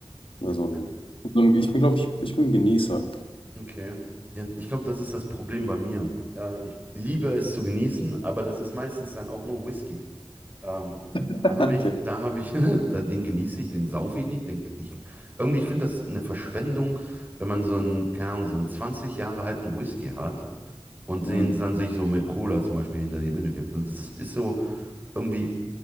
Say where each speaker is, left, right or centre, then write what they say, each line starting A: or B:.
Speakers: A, on the left (about 70°); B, on the right (about 20°).
A: Immer So ein,
B: D-
A: so ein, ich bin, glaube ich, ich bin ein Genießer.
B: Okay. Ja, ich glaube, das ist das Problem bei mir. Äh, ich liebe es zu genießen, aber das ist meistens dann auch nur Whisky. Ähm,
A: <laughs>
B: da habe
A: okay
B: ich, da habe ich, <laughs> da, den genieße ich, den saufe ich nicht. Den, ich, irgendwie, ich finde das eine Verschwendung, wenn man so einen, keine Ahnung, so einen 20 Jahre alten Whisky hat und den
A: Hm.
B: dann sich so mit Cola zum Beispiel hinter die Binde kippt. Also Das ist, ist so irgendwie.